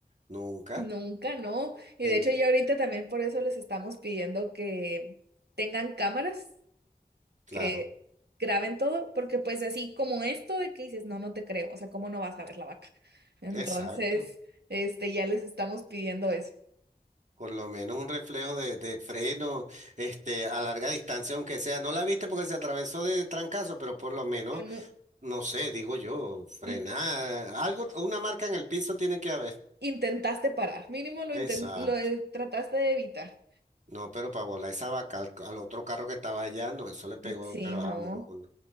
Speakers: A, on the right; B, on the right.
A: Nunca,
B: Nunca, no. Y
A: en,
B: de hecho ya ahorita también por eso les estamos pidiendo que tengan cámaras,
A: claro,
B: que graben todo, porque pues así como esto de que dices, no, no te creo, o sea, ¿cómo no vas a ver la vaca? Entonces,
A: exacto,
B: este, ya les estamos pidiendo eso.
A: por lo menos un reflejo de, de freno, este, a larga distancia, aunque sea, no la viste porque se atravesó de trancazo, pero por lo menos,
B: Bueno,
A: no sé, digo yo, frenar,
B: l-
A: algo, una marca en el piso tiene que haber.
B: intentaste parar, mínimo lo,
A: Exacto.
B: inten- lo eh, trataste de evitar.
A: No, pero para volar esa vaca al, al otro carro que estaba allá, no, eso le pegó,
B: Sí,
A: pero
B: no.
A: a uno.